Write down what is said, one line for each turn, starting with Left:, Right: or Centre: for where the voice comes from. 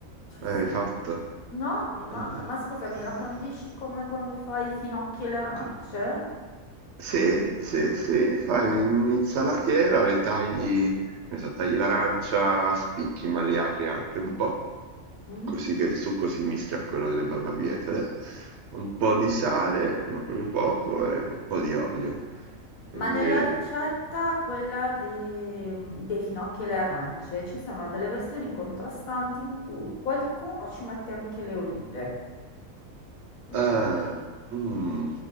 Left: Ci
Right: Eh,
Left: sta.
Right: Hai fatto?
Left: No, mi manca.
Right: Eh,
Left: Ma scusa, mi
Right: eh,
Left: la condisci come quando fai i finocchi e le arance?
Right: co- se, se, se fai
Left: Ah.
Right: un'insalatiera, le tagli, ne so, tagli l'arancia a spicchi, ma li apri anche un po',
Left: mm.
Right: così che il succo si mischia a quello delle barbabietole. Un po' di sale, ma proprio poco, e un po' di olio. E
Left: Ma nella ricetta, quella dei, dei finocchi e le arance, ci sono delle versioni contrastanti in cui qualcuno ci mette anche le olive. Mm,
Right: Ah,
Left: no,
Right: mh,